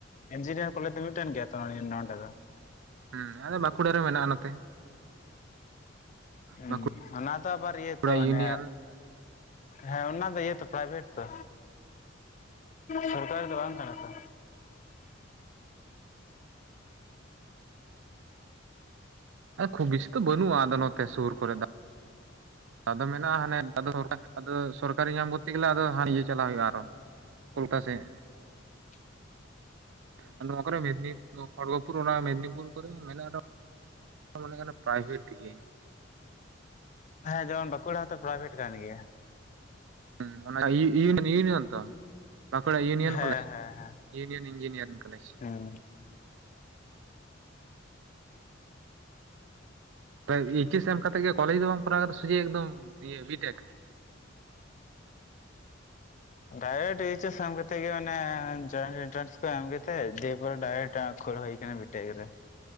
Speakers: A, on the left; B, on the right.
A: ᱤᱧᱡᱤᱱᱤᱭᱟᱨ ᱠᱚᱞᱮᱡᱽ ᱫᱚ ᱢᱤᱫᱴᱮᱱ ᱜᱮᱭᱟ ᱛᱚ ᱱᱚᱸᱰᱮ ᱫᱚ᱾
B: ᱦᱮᱸ ᱟᱞᱮ ᱵᱟᱸᱠᱩᱲᱟ ᱨᱮ ᱢᱮᱱᱟᱜᱼᱟ ᱱᱚᱛᱮ᱾
A: ᱦᱩᱸ
B: ᱵᱟᱸᱠᱩᱲᱟ
A: ᱚᱱᱟ ᱫᱚ ᱟᱵᱟᱨ ᱤᱭᱟᱹ ᱛᱚ ᱚᱱᱮ
B: ᱤᱭᱩᱱᱤᱭᱚᱱ
A: ᱦᱮᱸ ᱚᱱᱟ ᱫᱚ ᱤᱭᱟᱹ ᱛᱚ ᱯᱨᱟᱭᱵᱷᱮᱴ ᱛᱚ ᱥᱚᱨᱠ ᱚᱠᱟᱨᱮ ᱫᱚ ᱵᱟᱝ ᱠᱟᱱᱟ ᱛᱚ᱾
B: ᱠᱷᱩᱵ ᱵᱮᱥᱤ ᱛᱚ ᱵᱟᱹᱱᱩᱜᱼᱟ ᱟᱫᱚ ᱱᱚᱛᱮ ᱥᱩᱨ ᱠᱚᱨᱮ ᱫᱚ᱾ ᱟᱫᱚ ᱢᱮᱱᱟᱜᱼᱟ ᱦᱟᱱᱮ ᱟᱫᱚ ᱥᱚᱨᱠᱟᱨᱤ ᱧᱟᱢ ᱜᱚᱛᱮ ᱜᱮᱞᱮ ᱟᱫᱚ ᱦᱟᱱᱮ ᱤᱭᱟᱹ ᱪᱟᱞᱟᱜ ᱦᱩᱭᱩᱜᱼᱟ ᱟᱨᱚ᱾ ᱠᱳᱞᱛᱟ ᱥᱮᱜ᱾
A: <unintelligible>
B: ᱟᱨ ᱱᱚᱣᱟ ᱠᱚᱨᱮ ᱢᱮᱫᱽᱱᱤ ᱠᱷᱚᱲᱜᱚᱯᱩᱨ ᱚᱱᱟ ᱢᱮᱫᱽᱱᱤᱯᱩᱨ ᱠᱚᱨᱮ ᱦᱚᱸ ᱢᱮᱱᱟᱜᱼᱟ᱾ ᱢᱚᱱᱮ ᱠᱟᱱᱟ ᱯᱨᱟᱭᱵᱷᱮᱴ ᱛᱮᱜᱮ᱾
A: ᱦᱮᱸ ᱡᱮᱢᱚᱱ ᱵᱟᱸᱠᱩᱲᱟ ᱦᱚᱸᱛᱚ ᱯᱨᱟᱭᱵᱷᱮᱴ ᱠᱟᱱ ᱜᱮᱭᱟ᱾
B: ᱦᱮᱸ ᱚᱱᱟ ᱤᱭᱩᱱᱤᱭᱚᱱ ᱠᱟᱱ ᱛᱚ ᱵᱟᱠᱩᱲᱟ ᱭᱩᱱᱤᱭᱚᱱ
A: ᱦᱮᱸ
B: ᱠᱚᱞᱮᱡᱽ
A: ᱦᱮᱸ ᱦᱮᱸ
B: ᱤᱭᱩᱱᱤᱭᱚᱱ ᱤᱧᱡᱤᱱᱤᱭᱟᱨᱤᱝ ᱠᱟ ᱠᱚᱞᱮᱡᱽ
A: ᱦᱩᱸ <unintelligible>
B: ᱛᱟᱞᱮ ᱮᱪᱮᱥ ᱮᱢ ᱠᱟᱛᱮᱜ ᱜᱮ ᱠᱚᱞᱮᱡᱽ ᱫᱚ ᱵᱟᱢ ᱠᱚᱨᱟᱣ ᱠᱟᱫᱟ ᱥᱚᱡᱷᱮ ᱮᱠᱫᱚᱢ ᱤᱭᱟ. ᱵᱤᱴᱮᱠ?
A: ᱰᱟᱭᱨᱮᱠᱴ ᱤᱭᱮᱪᱮᱥ ᱮᱢ ᱠᱟᱛᱮ ᱜᱮ ᱢᱟᱱᱮ ᱡᱚᱭᱮᱱᱮᱱᱴᱨᱟᱱᱥ ᱮᱢ ᱠᱮᱫᱟ ᱾ ᱥᱮ ᱫᱮᱵᱽᱜᱷᱚᱨ ᱰᱟᱭᱨᱮᱠᱴ ᱟᱸᱠᱷᱚᱲ ᱦᱩᱭ ᱠᱟᱱᱟ ᱵᱤᱴᱮᱠ ᱨᱮ᱾